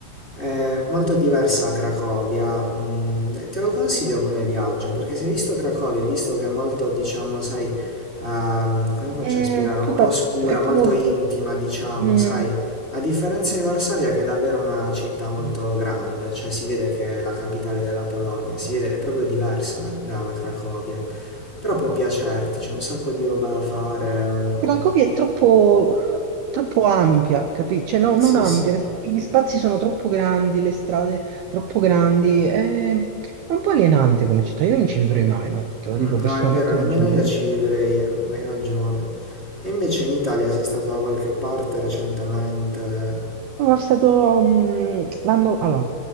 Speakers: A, on the left; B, on the right.
A: È molto diversa da Cracovia, mm, te lo consiglio come viaggio perché se hai visto Cracovia, hai visto che è molto, diciamo, sai, ehm, come faccio
B: E
A: a spiegare, un
B: poca...
A: po' oscura,
B: è poco...
A: molto intima, diciamo,
B: mm,
A: sai, a differenza
B: mm,
A: di Varsavia che è davvero una città molto
B: mm.
A: grande, cioè si vede che è la capitale della Polonia, si vede, è proprio diversa da, da Cracovia, però può piacerti, c'è un sacco di roba da fare, mm,
B: Cracovia è troppo, troppo ampia, capito? Cioè, no,
A: sì,
B: non ampia,
A: sì,
B: nel senso che gli spazi sono troppo grandi, le strade troppo grandi, è, è un po' alienante come città, io non ci vivrei
A: mm,
B: mai, guarda, te lo
A: mm,
B: dico personalmente,
A: no, è vero, nemmeno
B: non ci vivrei
A: io ci
B: mai.
A: vivrei, hai ragione. E invece in Italia sei stato da qualche parte recentemente?
B: Sono stato, mh, l'anno allora,